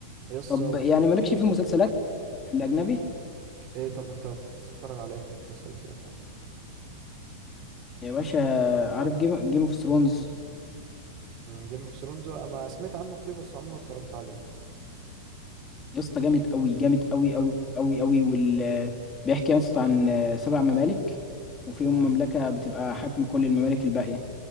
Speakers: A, on the right; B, on the left.
A: يسا
B: طب
A: و...
B: يعني مالكش في المسلسلات الاجنبي
A: ايه طب انت بتتفرج على ايه في المسلسلات الأجنبي
B: يا باشا عارف جيم جيم اوف ثرونز
A: جيم اوف ثرونز ما سمعت عنه كتير بس عمري ما اتفرجت عليه
B: يا اسطى جامد اوي جامد اوي اوي اوي اوي وال بيحكي يا اسطى عن آه، سبع ممالك وفيهم
A: تمام
B: مملكة بتبقى حاكمة كل الممالك الباقية